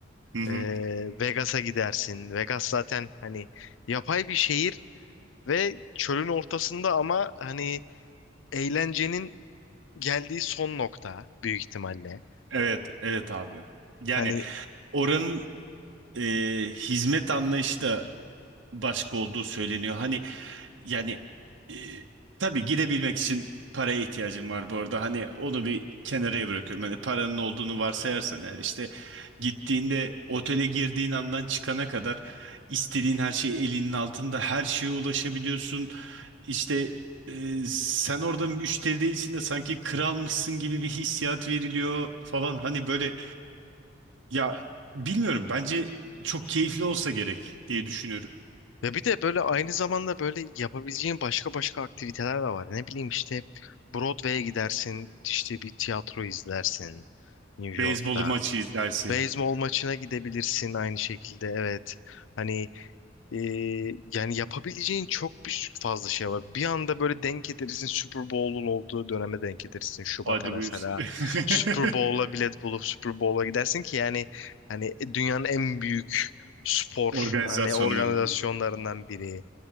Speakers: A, on the right; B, on the left.
A: Hı hı.
B: Ee, Vegas'a gidersin. Vegas zaten hani yapay bir şehir ve çölün ortasında ama hani eğlencenin geldiği son nokta büyük ihtimalle.
A: Evet evet abi. Yani
B: Hani
A: oranın e, hizmet anlayışı da başka olduğu söyleniyor. Hani yani e, tabii gidebilmek için paraya ihtiyacım var bu arada. Hani onu bir kenarıya bırakıyorum. Hani paranın olduğunu varsayarsan eğer işte gittiğinde otele girdiğin andan çıkana kadar istediğin her şey elinin altında her şeye ulaşabiliyorsun. İşte e, sen orada müşteri değilsin de sanki kralmışsın gibi bir hissiyat veriliyor falan. Hani böyle ya bilmiyorum bence çok keyifli olsa gerek diye düşünüyorum.
B: Ya bir de böyle aynı zamanda böyle yapabileceğin başka başka aktiviteler de var. Ne bileyim işte Broadway'e gidersin, işte bir tiyatro izlersin New
A: Beyzbol
B: York'ta.
A: maçı izlersin.
B: Beyzbol maçına gidebilirsin aynı şekilde evet. Hani e, yani yapabileceğin çok bir fazla şey var. Bir anda böyle denk getirirsin Super Bowl'un olduğu döneme denk getirirsin. Şubat'a
A: Hadi
B: mesela
A: buyursun. <laughs>
B: Super Bowl'a bilet bulup Super Bowl'a gidersin ki yani hani e, dünyanın en büyük spor
A: Organizasyonlarından.
B: hani organizasyonlarından biri.